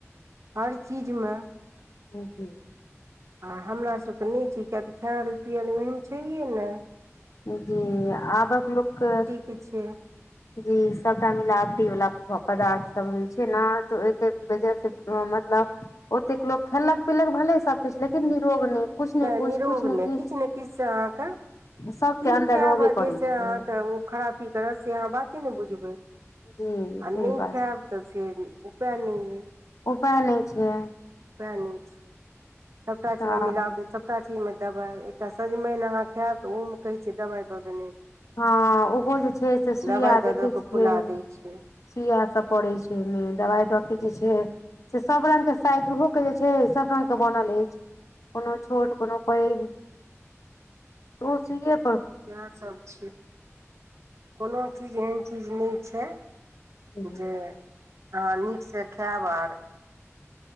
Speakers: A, on the right; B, on the left.
A: हर चीजमे
B: हँ जी
A: आ हमरासभके नहि छै किय तऽ खायल पियल ओहन छैहे ने
B: जी आबक लोकके
A: की छियै
B: जी सभटा मिलावटी वाला पदार्थसभ होइ छै ने तऽ ओहिके वजह से मतलब ओतेक लोको खेलक पीलक भले सब किछु लेकिन निरोग नहि किछु ने
A: नहि
B: किछु
A: नरोग
B: किछु ने
A: नहि
B: किछु
A: किछ नहि किछ अहाँके की
B: सबके अन्दर
A: खैब
B: रहबे करै
A: जैसे
B: छै
A: अहाँके ओ खरापी करत से अहाँ बाते ने बुझबै
B: जी सही
A: आ नहि
B: बात
A: खायब
B: छै
A: तऽ छै उपाय नहिये
B: उपाय नहि छै
A: उपय न छै सबटा चीज
B: तऽ
A: मिलाबट सब सबटा चीज मे दवा एकटा सजमनि अहाँ खायब तऽ ओहो मे कहे छियै दवाई दऽ देने छै
B: हँ ओहो जे छै से सुइया
A: दबाइ दऽ
B: देखै
A: दऽ कऽ
B: छियै
A: फुला दै छै
B: सुइया सभ पड़ैत छै ओहिमे दबाइ दऽ क जे छै से सब रंग के साइज ओहो के जे छै सब रंग के बनल अछि कोनो छोट कोनो पैघ ओहो सुए
A: इएहसभ छै कोनो चीज एहन चीज नहि छै
B: जी
A: जे अहाँ नीकसँ खायब आ